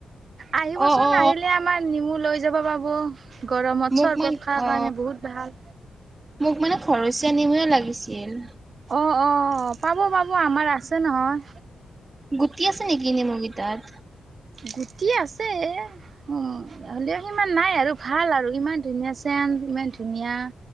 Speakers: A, on the right; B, on the right.
A: আহিবচোন
B: অ অ
A: আহিলে আমাৰ নেমু লৈ যাব পাব। গৰমত
B: মোক
A: চৰবত
B: মান
A: খা
B: অ
A: কাৰণে বহুত ভাল।
B: মোক মানে ঘৰচীয়া নিমুয়ে লাগিছিল।
A: অ', অ', পাব, পাব, আমাৰ আছে নহয়।
B: গুটি আছে নেকি নিমু গিটাত?
A: গুটি আছে। উম, হ'লেও সিমান নাই আৰু ভাল আৰু ইমান ধুনীয়া চেন্ট। উম, ইমান ধুনীয়া,